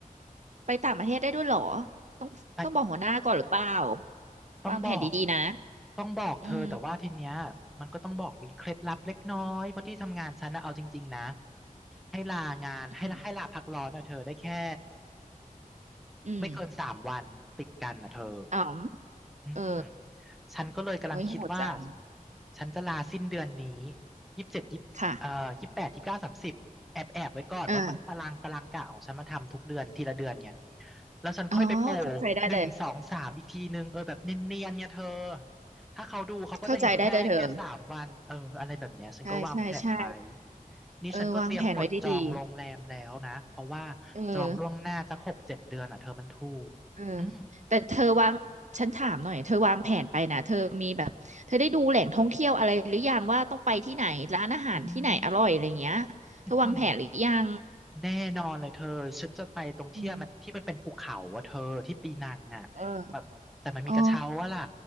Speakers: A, on the right; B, in the centre.
A: ไปต่างประเทศได้ด้วยเหรอ
B: ไอ้
A: ต้องบอกหัวหน้าก่อนหรือเปล่า
B: ต้องบอก
A: วางแผนดีๆนะ
B: ต้องบอกเธอแต่ว่าทีเนี้ยมันก็ต้องบอกมีเคล็ดลับเล็กน้อยเพราะที่ทำงานฉันนะเอาจริงๆนะ
A: อืม
B: ให้ลางานให้ให้ลาพักร้อนนะเธอได้แค่
A: อืมอืม
B: ไม่เกินสามวันติดกันนะเธอ
A: อ๋อม
B: อืม
A: เออ
B: ฉันก็เลยกำลังคิดว่า
A: โอ้ยโหดจัง
B: ฉันจะลาสิ้นเดือนนี้ยี่สิบเจ็ดยี่เอ่อยี่สิบแปดยี่สิบเก้าสามสิบแอบแอบไว้ก่อนเพราะมันตารางตารางกะของฉันมันทำทุกเดือนทีละเดือนไง
A: ค่ะอ่า
B: แล้วฉันค่อยไปโผล่
A: อ๋อเข้าใจได้เลย
B: หนึ่งสองสามอีกทีนึงเออแบบเนียนๆเนี่ยเธอถ้าเขาดูเขาก็จะเห็นแค่แค่สามวันเอออะไรแบบเนี้ยฉันก็วางแผนไว้
A: เข้าใจได้เลยเธอใช่ใช่ใช่
B: นี่ฉันก็เตรียมกดจองโรงแรมแล้วนะเพราะว่า
A: เออวางแผนไว้ดีๆเออ
B: จองล่วงหน้าสักหกเจ็ดเดือนอ่ะเธอมันถูกอืม
A: เออแต่เธอวางฉันถามหน่อยเธอวางแผนไปนะเธอมีแบบเธอได้ดูแหล่งท่องเที่ยวอะไรหรือยังว่าต้องไปที่ไหนร้านอาหารที่ไหนอร่อยอะไรเงี้ย
B: อืม อื้อหือ
A: เธอวางแผนหรือยัง
B: แน่นอนเลยเธอ ฉันจะไปตรงที่มันที่มันเป็นภูเขาอะเธอที่ปีนังอะแบบแต่มันมีกระเช้าว่าล่ะ
A: อืมเอออ๋อ